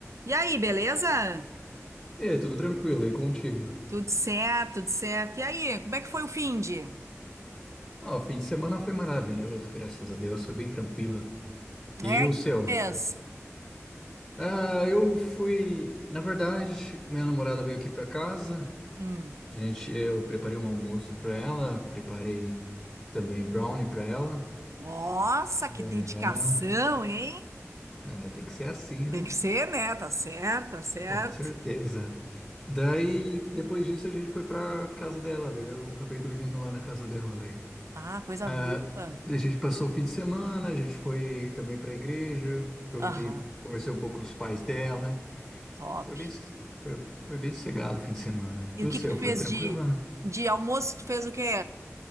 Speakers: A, on the right; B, in the centre.
A: E aí, beleza?
B: E aí, tudo tranquilo, e contigo?
A: Tudo certo, tudo certo. E aí, como é que foi o finde?
B: Ah, o fim de semana foi maravilhoso, graças a Deus, foi bem tranquilo. E
A: É,
B: o
A: o que
B: seu?
A: que fez?
B: Ah, eu fui. Na verdade, minha namorada veio aqui pra casa,
A: Hum.
B: gente, eu preparei um almoço pra ela, preparei também brownie pra ela.
A: Nossa, que
B: É,
A: dedicação, hein?
B: é, tem que ser assim,
A: Tem
B: né?
A: que ser, né? Tá certo, tá certo.
B: Com certeza. Daí, depois disso, a gente foi pra casa dela, daí eu acabei dormindo lá na casa dela, daí.
A: Ah, coisa
B: Ah,
A: boa.
B: a gente passou o fim de semana, a gente foi também para a igreja, aproveitei,
A: Aham,
B: conversei um pouco com os pais dela.
A: top.
B: Foi bem, foi, foi bem sossegado o fim de semana.
A: E
B: E
A: o
B: o
A: que
B: seu,
A: que tu fez
B: foi tranquilo?
A: de,
B: né?
A: de almoço? Tu fez o quê?